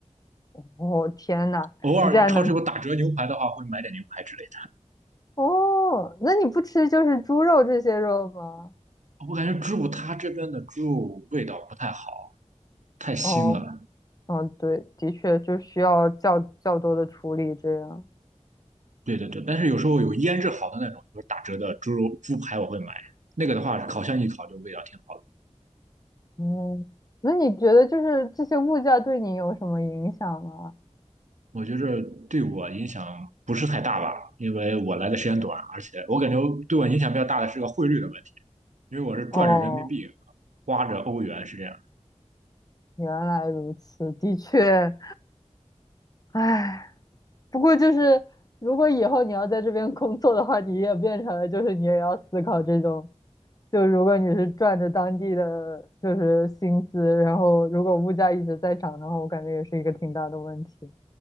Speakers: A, on the left; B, on the right.
A: 哦，天呐，
B: 偶尔超市有打折牛排的话，
A: 你竟然能
B: 会买点牛排之类
A: 哦？那你不吃就是猪肉这些肉吗？
B: 的。我感觉猪肉它这边的猪肉味道不太好，太腥了。
A: 哦，嗯，对，的确就需要较较多的处理这样。
B: 对对对，但是有时候有腌制好的那种，就是打折的猪肉猪排，我会买。那个的话，烤箱一烤就味道挺好的。
A: 嗯，那你觉得就是这些物价对你有什么影响吗？
B: 我觉着对我影响不是太大吧，因为我来的时间短，而且我感觉对我影响比较大的是个汇率的问题。因为我是赚着人民币，
A: 哦，
B: 花着欧元，是这样。
A: 原来如此，的确，唉，不过就是如果以后你要在这边工作的话，你也变成了就是你也要思考这种，就如果你是赚着当地的就是薪资，然后如果物价一直在涨的话，我感觉也是一个挺大的问题。